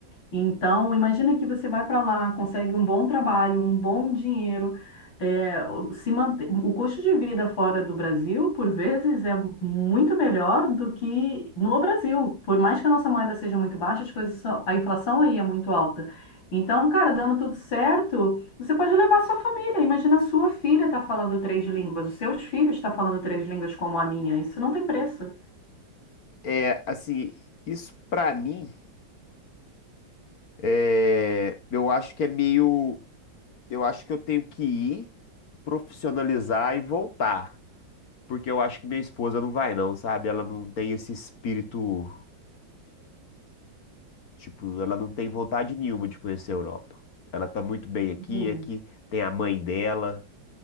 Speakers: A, on the left; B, on the left.
A: Então, imagina que você vai para lá, consegue um bom trabalho, um bom dinheiro, é, o- se mante- o custo de vida fora do Brasil, por vezes, é muito melhor do que no Brasil. Por mais que a nossa moeda seja muito baixa, as coisas são- a inflação aí é muito alta. Então, cara, dando tudo certo, você pode levar sua família. Imagina a sua filha está falando três línguas, os seus filhos estão falando três línguas como a minha. Isso não tem preço.
B: É, assim, isso pra mim, é, eu acho que é meio. Eu acho que eu tenho que ir, profissionalizar e voltar. Porque eu acho que minha esposa não vai, não, sabe? Ela não tem esse espírito. Tipo, ela não tem vontade nenhuma de conhecer a Europa. Ela tá muito bem aqui,
A: Entendi.
B: aqui tem a mãe dela,